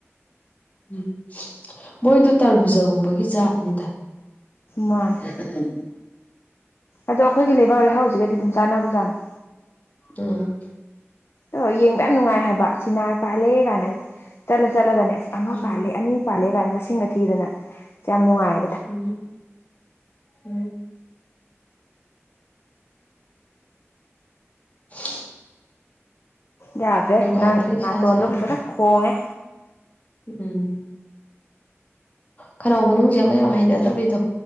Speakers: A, on the left; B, on the left.
A: ꯎꯝ ꯃꯣꯏꯗꯣ ꯇꯔꯕꯨꯖꯒꯨꯝꯕꯒꯤ ꯖꯥꯠꯅꯤꯗ
B: ꯃꯥꯥꯟꯅꯦ
A: <unintelligible>
B: ꯑꯗꯣ ꯑꯩꯈꯣꯏꯒꯤ ꯂꯩꯕꯥꯛ ꯂꯩꯍꯥꯎꯖꯤꯒꯗꯤ ꯑꯗꯨꯝ ꯆꯥꯟꯅꯕꯖꯥꯠꯅꯤ
A: ꯎꯝ
B: ꯑꯣ ꯌꯦꯡꯕ ꯌꯥꯝ ꯅꯨꯡꯉꯥꯏ ꯍꯥꯏꯕ ꯆꯤꯅꯥꯔ ꯄꯥꯜꯂꯦ <unintelligible> ꯆꯠꯂ ꯆꯠꯂꯒꯅꯦ ꯑꯁ ꯑꯃ
A: ꯎꯝ
B: ꯄꯥꯜꯂꯦ ꯑꯅꯤ ꯄꯥꯜꯂꯦ ꯒꯥꯏꯅ ꯃꯁꯤꯡꯒ ꯊꯤꯗꯅ ꯌꯥꯝ ꯅꯨꯡꯉꯥꯏ
A: ꯎꯝ ꯎꯝ <unintelligible>
B: ꯌꯥꯗ꯭ꯔꯦ
A: ꯅꯨꯡꯉꯥꯏꯇ꯭ꯔꯦ
B: ꯅꯪ ꯅꯥꯇꯣꯟꯗꯣ
A: ꯏꯁꯥꯁꯦ ꯌꯥꯝ
B: ꯐꯖꯅ ꯈꯣꯡꯉꯦ
A: ꯎꯝ ꯈꯅꯥꯎ ꯃꯅꯨꯡꯁꯦ ꯑꯃ ꯌꯥꯝ ꯍꯩꯅꯗꯕꯤꯗꯣ